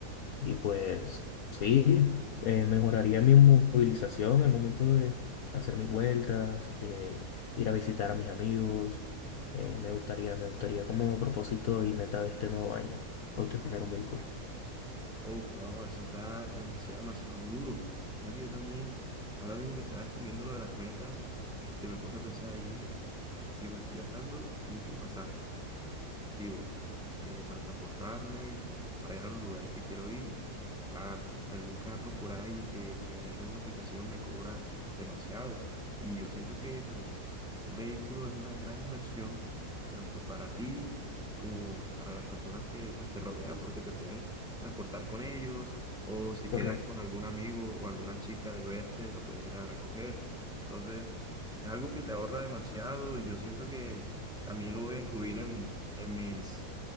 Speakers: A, on the left; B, in the centre.
A: Y pues sí, eh, mejoraría mi movilización al momento de hacer mis vueltas, de ir a visitar a mis amigos. Eh, me gustaría, me gustaría como propósito y meta de este nuevo año, obtener un vehículo.
B: Uf, bro, eso está demasiado, demasiado duro. Mira que yo también, ahora mismo que estaba escribiendo lo de las metas, este, me puse a pensar y dije, Dios, estoy gastando mucho en pasajes digo, eh, para transportarme, para ir a los lugares que quiero ir. A algún carro por ahí que, que agarre una aplicación me cobra demasiado. Y yo siento que pues un vehículo es una gran inversión, tanto para ti como para las personas que pues te rodean, porque te puedes transportar con ellos o si quedas
A: Correcto.
B: con algún amigo o alguna chica de verte, la puedes ir a recoger. Entonces, es algo que te ahorra demasiado y yo siento que también lo voy a incluir en, en mis,